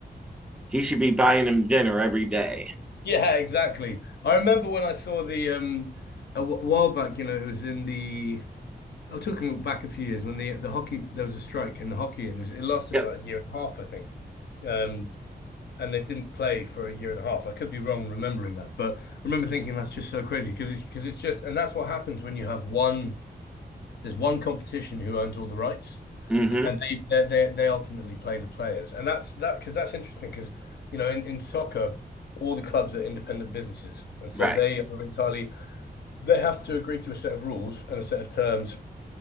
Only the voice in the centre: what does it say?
he should be buying him dinner every day.
Yep.
Mm-hmm.
Right.